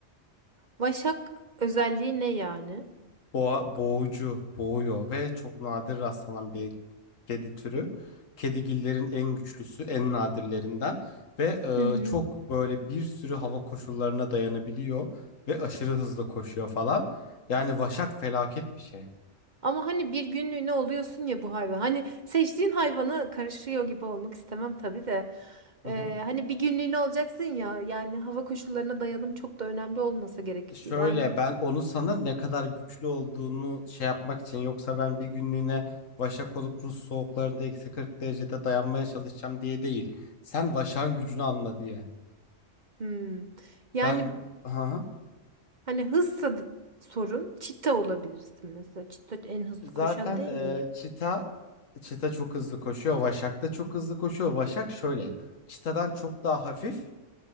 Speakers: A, on the right; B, on the left.
A: Vaşak özelliği ne yani?
B: Boğa, boğucu, boğuyor ve çok nadir rastlanan bir kedi türü. Kedigillerin en güçlüsü, en nadirlerinden ve e,
A: Hı hı.
B: çok böyle bir sürü hava koşullarına dayanabiliyor ve aşırı hızlı koşuyor falan. Yani vaşak felaket bir şey.
A: Ama hani bir günlüğüne oluyorsun ya bu hayvan. Hani seçtiğin hayvana karışıyor gibi olmak istemem tabii de.
B: Hı
A: Ee,
B: hı.
A: hani bir günlüğüne olacaksın ya. Yani hava koşullarına dayanım çok da önemli olmasa gerek.
B: Şöyle
A: Yani
B: ben onu sana ne kadar güçlü olduğunu şey yapmak için yoksa ben bir günlüğüne vaşak olup Rus soğuklarında eksi 40 derecede dayanmaya çalışacağım diye değil. Sen vaşağın gücünü anla diye.
A: hmm. Yani
B: Ben Aha.
A: hani hızsa d- sorun. Çita olabilirsin mesela. Çita en hızlı
B: zaten
A: koşan değil
B: e,
A: mi?
B: çita çita çok hızlı koşuyor. Vaşak da çok hızlı koşuyor. Vaşak şöyle çitadan çok daha hafif